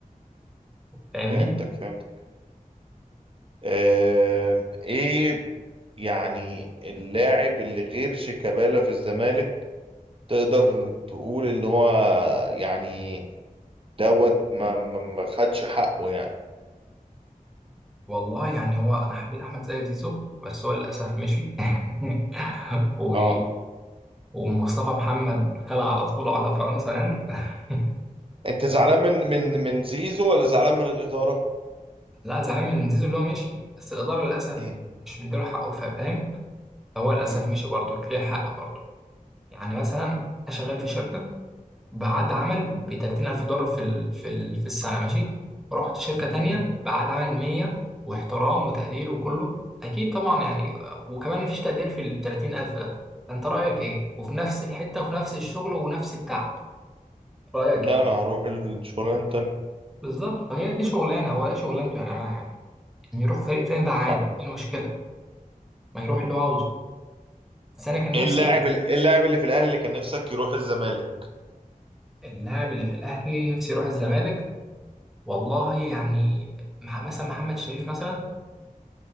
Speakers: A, in the centre; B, on the right.
A: فاهمني
B: فهمتك فهمتك آم، ايه يعني اللاعب اللي غير شيكابالا في الزمالك تقدر تقول ان هو يعني دوت ما ما ما خدش حقه يعني
A: والله يعني هو انا حبيت احمد زي زيزو بس هو للاسف مشي <laughs> و...
B: اه
A: ومصطفى محمد خلع على طول على فرنسا انت <laughs>
B: انت زعلان من من من زيزو ولا زعلان من الاداره
A: لا زعلان من زيزو اللي هو مشي بس الإدارة للأسف
B: مم.
A: مش مديله حقه فا- فاهم فهو للأسف
B: مم.
A: مشي برضه ليه حق برضه يعني مثلا أنا شغال في شركة بعقد عمل ب 30000 دولار في ال... في ال... في السنة ماشي رحت شركة تانية
B: مم.
A: بعقد عمل 100 واحترام وتقدير وكله أكيد طبعا يعني وكمان مفيش تقدير في ال 30000 ده فأنت رأيك إيه؟ وفي نفس الحتة وفي نفس الشغل ونفس التعب رأيك
B: لا
A: إيه؟
B: انا هروح الشغلانه التانية
A: بالظبط هي دي شغلانة هو ده شغلانته يا جماعة يعني إن يروح فريق تاني ده عادي
B: صح
A: إيه المشكلة؟ ما يروح اللي هو عاوزه بس انا كان
B: اللاعب
A: نفسي يفضل
B: اللاعب اللي في الاهلي اللي كان نفسك يروح الزمالك
A: اللاعب اللي في الاهلي نفسي يروح الزمالك والله يعني
B: مم.
A: مح- مثلا محمد شريف مثلا